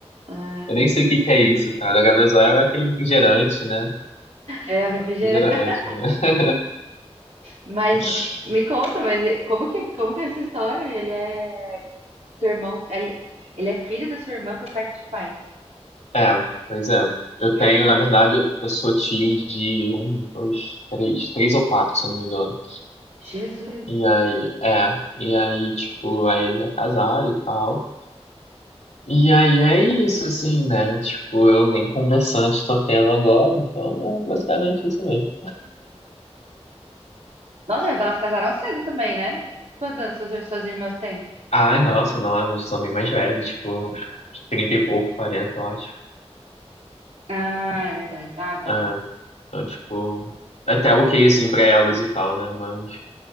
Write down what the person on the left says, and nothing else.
Eu nem sei o que que é isso, cara. H2O é aquele refrigerante, né?
Refrigerante,
né?
<laughs>
É, pois é. Eu
tenho,
na verdade, eu eu sou tio de um, dois, três, três ou quatro, se eu não me engano.
E aí, é, e aí, tipo, aí ele é casado e tal. E aí é isso, assim, né? Tipo, eu nem conversante tô tendo agora, então é basicamente isso mesmo.
Ai, nossa, não, elas são bem mais velhas, tipo, uns 30 e pouco, 40 eu acho.
É, então, tipo, até ok, assim, pra elas e tal, né? Mas,